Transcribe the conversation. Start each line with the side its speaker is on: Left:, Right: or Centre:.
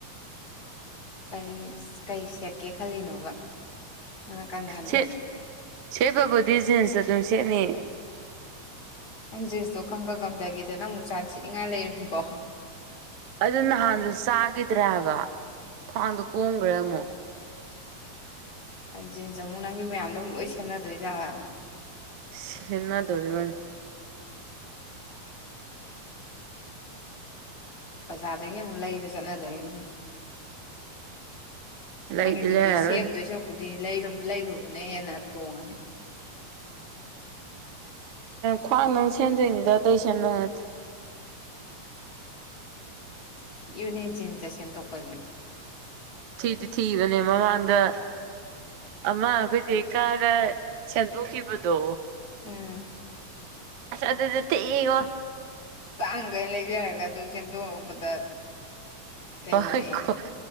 Left: ꯀꯔꯤ ꯀꯔꯤ ꯁꯦꯠꯀꯦ ꯈꯜꯂꯤꯅꯣꯕ ꯅꯪꯅ ꯀꯪꯗꯍꯟꯗꯣꯏꯁꯦ
Right: ꯁꯦꯠ ꯁꯦꯠꯄꯕꯨꯗꯤ ꯖꯤꯟꯁ ꯑꯗꯨꯝ ꯁꯦꯠꯅꯤ
Left: ꯅꯪ ꯖꯤꯟꯁꯁꯇꯣ ꯈꯪꯀ ꯀꯪꯗꯒꯤꯗꯅ ꯑꯃꯨꯛ ꯆꯥꯟꯅꯕ ꯁꯦꯠꯅꯤꯡꯉꯥꯏ ꯂꯩꯔꯣꯏꯀꯣ
Right: ꯑꯗꯨ ꯅꯍꯥꯟꯁꯨ ꯆꯥꯈꯤꯗ꯭ꯔꯦ ꯍꯥꯏꯕ ꯈ꯭ꯋꯥꯡꯗꯣ ꯀꯣꯝꯈ꯭ꯔꯦ ꯑꯃꯨꯛ
Left: ꯖꯤꯟꯁ ꯑꯃꯨꯛ ꯅꯪꯒꯤ ꯃꯌꯥꯝꯗꯣ ꯑꯃꯨꯛ ꯂꯣꯏ ꯁꯦꯝꯅꯗꯣꯏꯖꯥꯠꯂꯣ
Right: ꯁꯦꯝꯅꯗꯧꯔꯤꯕꯅꯤ
Left: ꯕꯖꯥꯔꯗꯒꯤ ꯑꯃꯨꯛ ꯂꯩꯕ ꯆꯠꯅꯗꯧꯔꯤꯕꯅꯤ
Right: ꯂꯩꯗꯤ
Left: ꯅꯪꯒꯤꯗꯨꯗꯤ
Right: ꯂꯩꯔꯔꯣꯏ
Left: ꯁꯦꯝꯗꯣꯏ ꯁꯥꯔꯨꯛꯄꯨꯗꯤ ꯂꯩꯔꯨꯕꯅ ꯍꯦꯟꯅ ꯇꯣꯡꯉꯅꯤ
Right: ꯈ꯭ꯋꯥꯡꯗꯪ ꯁꯦꯝꯗꯣꯏꯅꯤꯗ ꯑꯇꯩ ꯁꯦꯝꯗꯧ ꯅꯠꯇꯦ
Left: ꯊꯤꯕꯅꯦ ꯖꯤꯟꯁꯇ ꯁꯦꯝꯗꯣꯛꯄꯁꯦ
Right: ꯊꯤꯗꯤ ꯊꯤꯕꯅꯦ ꯃꯃꯥꯡꯗ ꯑꯃ ꯑꯩꯈꯣꯏ ꯆꯦꯒꯤ ꯀꯛꯑꯒ ꯁꯦꯝꯗꯣꯛꯈꯤꯕꯗꯣ
Left: ꯎꯝ
Right: ꯑꯁ ꯑꯗꯨꯗꯤ ꯊꯤꯉꯣ
Left: ꯇꯥꯡꯈꯩ ꯂꯩꯖꯔꯒ ꯑꯗꯨ ꯁꯦꯝꯗꯣꯛꯄꯗ ꯀꯩꯅꯣꯅꯦ
Right: <unintelligible>